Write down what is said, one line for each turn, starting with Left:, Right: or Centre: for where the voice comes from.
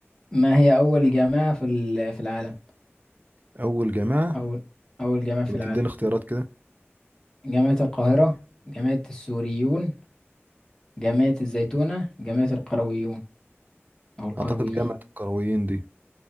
Left: ما هي أول جامعة في ال- في العالم؟
Right: أول جامعة
Left: أول أول جامعة في
Right: لما
Left: العالم
Right: تديني اختيارات كده
Left: جامعة القاهرة جامعة السوريون جامعة الزيتونة جامعة القرويون أو القرويين
Right: أعتقد جامعة القرويين دي